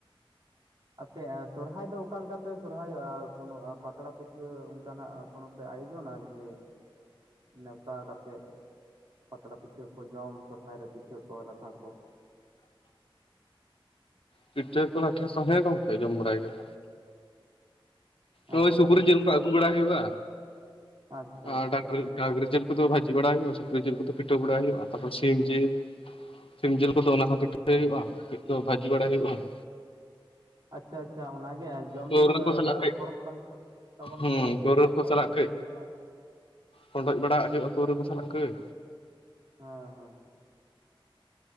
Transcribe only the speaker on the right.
ᱟᱯᱮ ᱥᱚᱨᱦᱟᱭ ᱫᱚ ᱚᱠᱟ ᱞᱮᱠᱟ ᱯᱮ ᱥᱚᱨᱦᱟᱭᱚᱜᱼᱟ ᱠᱳᱱᱳ ᱯᱟᱛᱲᱟ ᱯᱤᱴᱷᱟᱹ ᱚᱱᱠᱟ ᱱᱟᱜ ᱠᱳᱱᱳ? ᱟᱭᱳᱡᱚᱱᱟ ᱡᱮ᱾ ᱱᱮᱣᱛᱟ ᱠᱟᱛᱮ ᱯᱟᱛᱲᱟ ᱯᱤᱴᱷᱟᱹ ᱠᱚ ᱡᱚᱢ ᱥᱚᱨᱦᱟᱭ ᱨᱮ ᱯᱤᱴᱷᱟᱹ ᱠᱚ ᱞᱟᱴᱷᱟ ᱠᱚ᱾
ᱟᱪᱪᱷᱟ
ᱟᱪᱪᱷᱟ
ᱟᱪᱪᱷᱟ
ᱟᱪᱪᱷᱟ ᱟᱪᱪᱷᱟ, ᱚᱱᱟ ᱜᱮ ᱡᱚᱢ
ᱧᱩ
ᱨᱟᱹᱥᱠᱟᱹ
ᱯᱚᱨᱚᱵᱽ ᱠᱟᱱ ᱛᱚ ᱾ ᱛᱟᱵᱚᱱ
ᱜᱮᱭᱟ ᱥᱚᱨᱦᱟᱭ
ᱫᱚ
ᱦᱟᱹᱛᱤ
ᱞᱮᱠᱟᱱ
ᱦᱩᱸ᱾
ᱦᱮᱸ ᱦᱮᱸ ᱦᱮᱸ ᱾